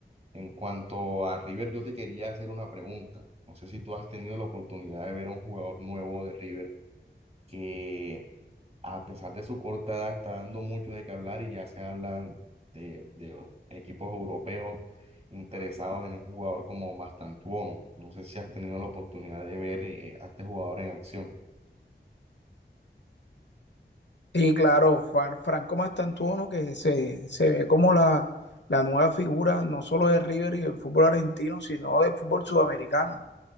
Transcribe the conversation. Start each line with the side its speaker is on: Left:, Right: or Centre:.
Right: En cuanto a River, yo te quería hacer una pregunta. No sé si tú has tenido la oportunidad de ver a un jugador nuevo de River que a pesar de su corta edad, está dando mucho de qué hablar y ya se hablan de, de equipos europeos interesados en un jugador como Mastantuono. No sé si has tenido la oportunidad de ver eh, a este jugador en acción.
Left: Y claro, Franco Mastantuono, que se, se ve como la, la nueva figura no solo de River y del fútbol argentino, sino del fútbol sudamericano,